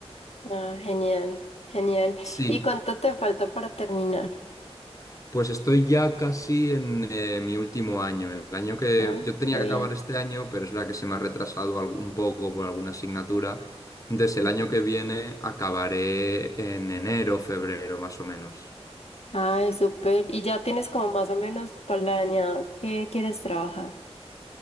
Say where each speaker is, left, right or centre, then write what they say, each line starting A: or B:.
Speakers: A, on the left (about 70°); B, on the left (about 30°).
A: Ah, genial, genial.
B: Sí,
A: ¿Y cuánto te falta para terminar?
B: Pues estoy ya casi en eh, mi último año. El año que
A: Ah,
B: yo tenía
A: qué
B: que
A: bien.
B: acabar este año, pero es verdad que se me ha retrasado al- un poco por alguna asignatura. Entonces el
A: Ujú.
B: año que viene acabaré en enero, febrero, más o menos.
A: Ay, súper. ¿Y ya tienes como más o menos planeado qué quieres trabajar?